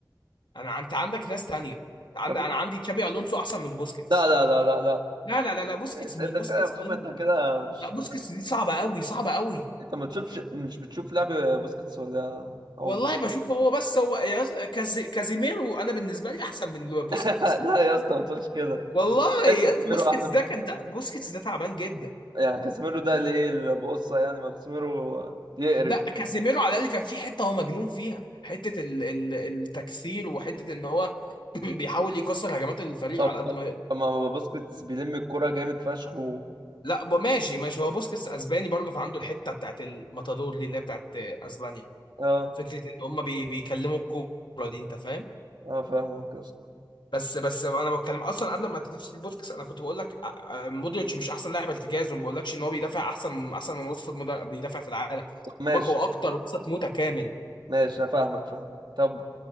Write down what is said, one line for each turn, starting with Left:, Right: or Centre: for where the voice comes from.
Left: انا انت عندك ناس تانية أنت عند-
Right: طب قول-
Left: انا عندي تشابي الونسو احسن من بوسكيتس
Right: لا لا لا لا لا
Left: لا لا لا لا بوسكيتس
Right: انت
Left: مين
Right: انت كده
Left: بوسكيتس
Right: يا محمد
Left: مين
Right: انت كده مش
Left: لا بوسكيتس دي صعبة قوي صعبة قوي
Right: انت ما بتشوفش مش بتشوف لعب بوسكيتس ولا يا عمر
Left: والله بشوف هو بس هو يا- كاز- كازيميرو انا بالنسبة لي احسن من بوسكيتس
Right: <laughs> لا يا اسطى ما تقولش كده
Left: والله
Right: ده
Left: يا-
Right: كاسيميرو
Left: بوسكيتس
Right: احسن
Left: ده
Right: منه
Left: كان تع- بوسكيتس ده تعبان جدا
Right: يعني كاسيميرو ده اللي ايه اللي بقصه يعني ما كاسيميرو يقرف
Left: لا كازيميرو على الاقل كان في حتة هو مجنون فيها حتة ال ال التكسير وحتة ان هو <clears throat> بيحاول يكسر هجمات الفريق
Right: طب
Left: على قد
Right: طب
Left: ما يقدر
Right: طب ما ما باسكتس بيلم الكرة جامد فشخ و...
Left: لا ب- ماشي ماشي هو بوسكيتس اسباني برضه فعنده الحتة بتاعت الماتادور دي اللي هي بتاعت اسبانيا
Right: اه
Left: فكرة ان هم بي بيكلموا الكورة دي انت فاهم
Right: اه فاهمك يا اسطى
Left: بس بس انا بتكلم اصلا قبل ما تجيب سيتي بوسكس انا كنت بقول لك آه، آه، مودريتش مش احسن لاعب ارتكاز وما بقولكش ان هو بيدافع احسن احسن من وسط مدا- بيدافع في العالم
Right: طب ماشي
Left: بقول لك هو اكتر وسط متكامل
Right: ماشي انا فاهمك فاهم طب